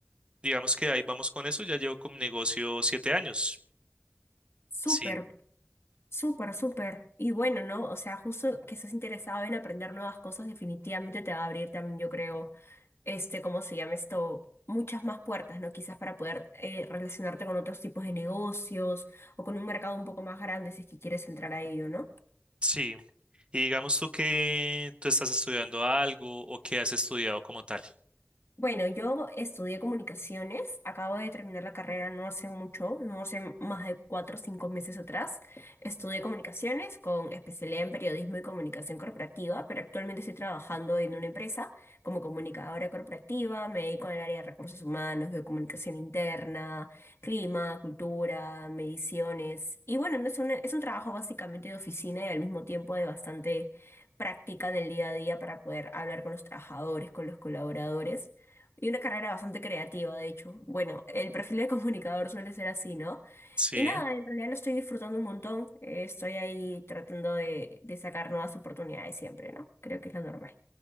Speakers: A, on the right; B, on the left.
A: Digamos que ahí vamos con eso, ya llevo con mi negocio siete años.
B: Súper,
A: Sí,
B: súper, súper. Y bueno, ¿no? O sea, justo que estás interesado en aprender nuevas cosas, definitivamente te va a abrir también, yo creo, este, ¿cómo se llama esto? Muchas más puertas, ¿no? Quizás para poder eh, relacionarte con otros tipos de negocios o con un mercado un poco más grande si es que quieres entrar a ello, ¿no?
A: sí. Y digamos tú que tú estás estudiando algo o que has estudiado como tal.
B: Bueno, yo estudié comunicaciones, acabo de terminar la carrera no hace mucho, no hace más de cuatro o cinco meses atrás. Estudié comunicaciones con especialidad en periodismo y comunicación corporativa, pero actualmente estoy trabajando en una empresa como comunicadora corporativa, me dedico al área de recursos humanos, veo comunicación interna, clima, cultura, mediciones. Y bueno, no es un, es un trabajo básicamente de oficina y al mismo tiempo de bastante práctica en el día a día para poder hablar con los trabajadores, con los colaboradores. Y una carrera bastante creativa, de hecho. Bueno, el perfil de comunicador suele ser así, ¿no?
A: Sí,
B: Y nada, en realidad lo estoy disfrutando un montón. Eh, estoy ahí tratando de, de sacar nuevas oportunidades siempre, ¿no? Creo que es lo normal.